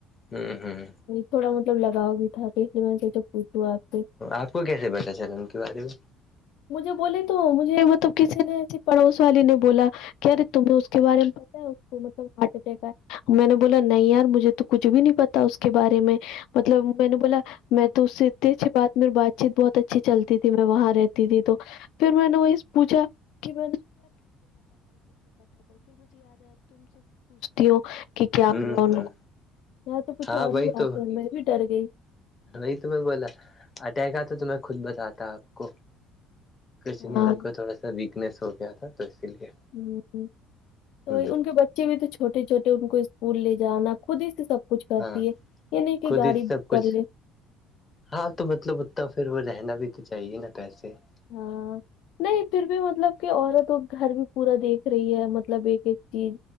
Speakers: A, on the left; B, on the left.
A: ھمم ھمم
B: تھوڑا مطلب لگاؤ بھی تھا پ اس لیے میں نے کہ تو پوچھو آپ سے
A: آپ کو کیسےتا چلا ان کے بارے میں
B: مجھے بولے تو مجھے مطلب کسی نے ایسی پڑوس والی نے بولا کہ ارے تمیں اس کے بارے میں مطلب ہارٹ اٹیک آئے میں نے بولا نہیں یار مجھے تو کچھ بھی نہیں پتا اس کے بارے میں مطلب میں نے بولا میں تو اس سے اتنی اچھی بات م بات چیت بہت اچھی چلتی تھی میں وہاں رہتی تھی تو پھر میں نے وہی پوچھا <unintelligible> <unintelligible> ہوں کہ کیا
A: ہوں
B: ہوا ان
A: ہ
B: کو تو کچھ
A: ہاں
B: اور
A: وہی
B: ہی بات
A: تو
B: ہے میں بھی ڈر گئی <unintelligible>
A: وہی تمہیں بولا اٹیک آ تو تمہیں خود بتاتا آپ کو کچ نے
B: ہاں
A: ان کو تھوڑا سا ویکنیس ہو گیا تھا تو اسی لیے
B: ہ ہ تو
A: ہ
B: ان کے بچ <unintelligible> بچے ہوئے تو چھوٹے چھوٹے ان کو اسکول لے جانا خود ہی سے سب <unintelligible> کچھ کرتی
A: ہاں
B: ہے نہیں کہ
A: خود
B: گاڑی
A: ہی سب کچھ
B: کر لے
A: ہاں تو مطلب اتنا پھر وہ رہنا بھی تو چاہیے نا پیسے <unintelligible>
B: ہاں نہیں پھر بھی مطلب <unintelligible> کہ عورت گھر بھی پورا دیکھ رہی ہے مطلب ایک ایک چیز